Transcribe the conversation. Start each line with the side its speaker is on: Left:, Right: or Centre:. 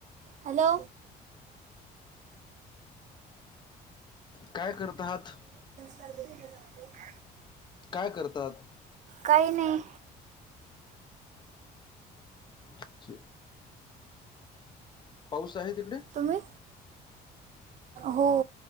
Right: hello!
Left: काय करता आहात?
Right: सर्दी झाल्या दाखवून या.
Left: काय करतात?
Right: काही नाही.
Left: <unintelligible> पाऊस आहे तिकड.
Right: तुम्ही हो.